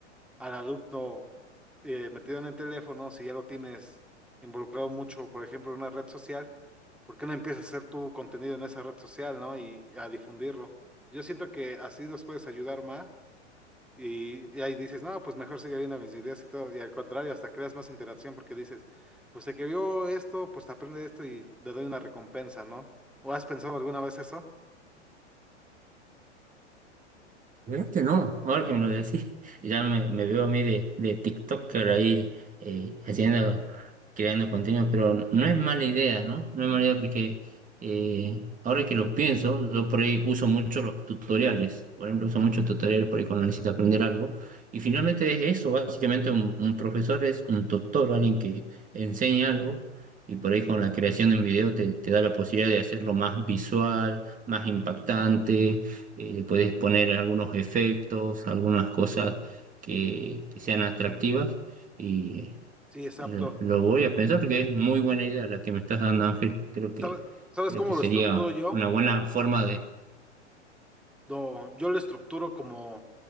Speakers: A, in the centre; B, on the right.
A: al alumno eh, metido en el teléfono, si ya lo tienes involucrado mucho, por ejemplo, en una red social, ¿por qué no empiezas a hacer tu contenido en esa red social, ¿no? Y a difundirlo. Yo siento que así los puedes ayudar más Y, y ahí dices, no, pues mejor sigue viendo mis videos y todo. Y al contrario, hasta creas más interacción porque dices, pues el que vio esto, pues te aprende esto y te doy una recompensa, ¿no? ¿O has pensado alguna vez eso?
B: Vieras que no, ahora que me lo decís, <laughs> ya me, me veo a mí de, de TikToker ahí eh, haciendo, creando contenido, pero no es mala idea, ¿no? No es mala idea porque eh, ahora que lo pienso, yo por ahí uso mucho los tutoriales, por ejemplo, uso muchos tutoriales por ahí cuando necesito aprender algo, y finalmente es eso, básicamente un, un profesor es un tutor, alguien que enseña algo, y por ahí con la creación de un video te, te da la posibilidad de hacerlo más visual, más impactante eh, le puedes poner algunos efectos, algunas cosas que, que sean atractivas y
A: Sí, exacto.
B: eh, lo voy a pensar porque es muy buena idea la que me estás dando, Ángel. Creo
A: ¿Sabes,
B: que,
A: sabes
B: creo
A: cómo
B: que sería
A: lo estructuro yo?
B: una buena forma
A: No, yo lo estructuro como,